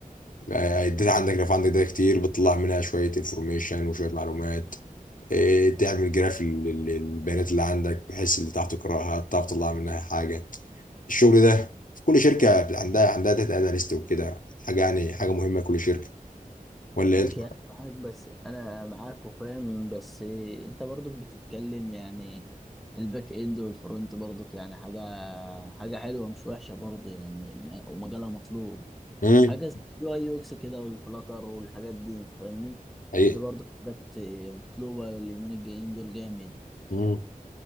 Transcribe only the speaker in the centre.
ماشي
انا معاك بس انا معاك وفاهم بس انت برضك بتتكلم يعني الباك اند والفرونت برضك يعني حاجه حاجه حلوه مش وحشه برضه يعني م- ومجالها مطلوب
حاجه زي اليو اي يو اكس كده والفلاتر والحاجات دي انت فاهمني
دي برضه حاجات مطلوبه اليومين الجايين دول جامد